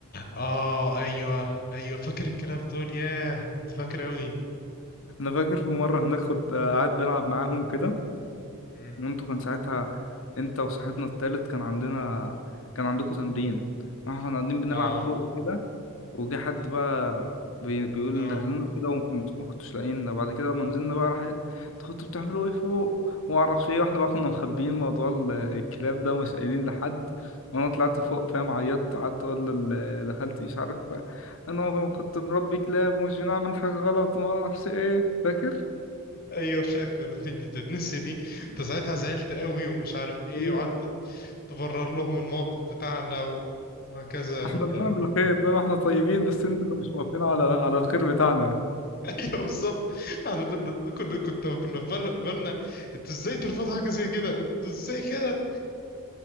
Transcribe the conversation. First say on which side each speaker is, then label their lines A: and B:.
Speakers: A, on the left; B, on the left.
A: اه ايوه ايوه فاكر الكلام دول ياه انت فاكر قوي
B: انا فاكر في مره هناك كنت آه، قاعد بلعب معاهم وكده
A: مم.
B: وانتوا كان ساعتها انت وصاحبنا التالت كان عندنا كان عندكم تمرين واحنا كنا قاعدين بنلعب
A: اه
B: فوق وكده وجه حد
A: مم.
B: بقى بي- بيقول
A: اه
B: ان ده لنا كده وما كنتوش لاقينا بعد كده لما نزلنا بقى راح قال انتوا كنتوا بتعملوا ايه فوق وما اعرفش ايه واحنا بقى كنا مخبيين موضوع ال- الكلاب ده مش قايلين لحد وانا طلعت فوق فاهم عيطت قعدت اقول لل- لخالتي مش عارف انا كنت بنربي كلاب ومش بنعمل حاجه غلط وما اعرفش ايه فاكر
A: ايوه فاكر دي دي تتنسي دي انت ساعتها زعلت قوي ومش عارف ايه
B: ايوه
A: وقعدت تبرر لهم الموقف بتاعنا و... وهكذا
B: احنا بنعمل
A: يا لهوي
B: خير فاهم احنا طيبين بس انتوا اللي مش موافقين على على الخير بتاعنا
A: ايوه بالظبط احنا كنا كنا كنا كنا في بال- بالنا انتوا ازاي ترفضوا حاجه زي كده انتوا ازاي كده